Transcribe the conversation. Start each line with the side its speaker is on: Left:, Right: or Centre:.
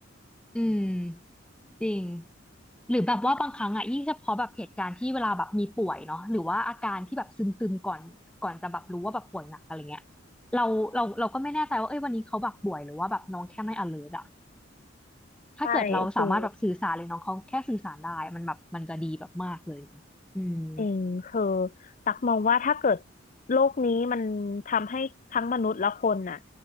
Centre: อืม จริงหรือแบบว่าบางครั้งอ่ะยิ่งเฉพาะแบบเหตุการณ์ที่เวลาแบบมีป่วยเนาะหรือว่าอาการที่แบบซึมซึมก่อนก่อนจะแบบรู้ว่าแบบป่วยหนักอะไรเงี้ยเราเราเราก็ไม่แน่ใจว่าเอ้ยวันนี้เขาแบบป่วยหรือว่าแบบน้องแค่ไม่ alert อะถ้าเกิดเราสามารถแบบสื่อสารเลยน้องเขาแค่สื่อสารได้มันแบบมันจะดีแบบมากเลยเนอะอืม
Left: ใช่คือ จริงคือตักมองว่าถ้าเกิดโลกนี้มันทำให้ทั้งมนุษย์และคนน่ะ